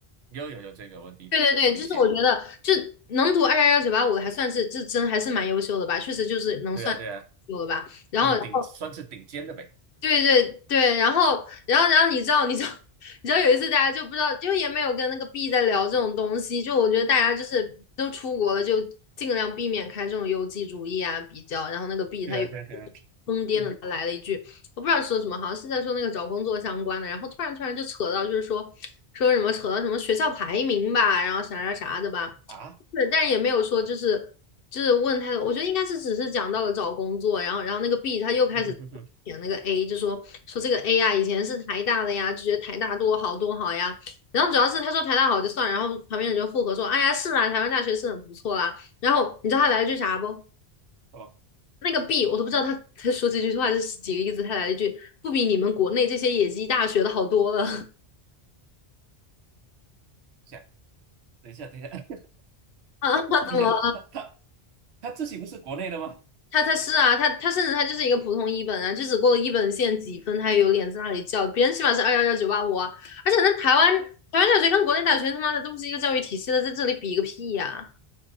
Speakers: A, on the right; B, on the left.
A: 又有有这个问题点，
B: 对对对，
A: 我理解。
B: 就是我觉得，就能读二幺幺九八五的，还算是这真还是蛮优秀的吧，确实就是能算
A: 对啊对啊，
B: 有秀的吧。然后，
A: 就是顶算是顶尖的呗。
B: 然后对对对，然后然后然后你知道你知道 <laughs> 你知道有一次大家就不知道，就也没有跟那个 B 在聊这种东西，就我觉得大家就是都出国了，就尽量避免开这种优绩主义啊比较。然后那个 B
A: 对啊对啊对啊，
B: 他有疯癫的，
A: 嗯
B: 他来了一句，我不知道说什么，好像是在说那个找工作相关的，然后突然突然就扯到就是说说什么扯到什么学校排名吧，然后啥啥啥的吧。
A: 啊，
B: 对，但是也没有说就是就是问他，多，我觉得应该是只是讲到了找工作，然后然后那个 B 他又开始点那个
A: 嗯哼哼哼，
B: A，就说说这个 A 呀、啊以前是台大的呀，就觉得台大多好多好呀。然后主要是他说台大好就算了然后旁边人就附和说，哎呀是啊，台湾大学是很不错啦。然后你知道他来了句啥不？
A: 哦，
B: 那个 B 我都不知道他他说这句话是几个意思，他来了一句不比你们国内这些野鸡大学的好多了 <laughs>
A: 想等一下等一下 <laughs>
B: 啊？
A: 等一下，
B: 怎么？
A: 他他他自己不是国内的吗？
B: 他他是啊，他他甚至他就是一个普通一本啊，就只过了一本线几分，他也有脸在那里叫别人起码是二幺幺九八五啊，而且那台湾台湾大学跟国内大学他妈的都不是一个教育体系的，
A: 对
B: 在这里比个屁呀、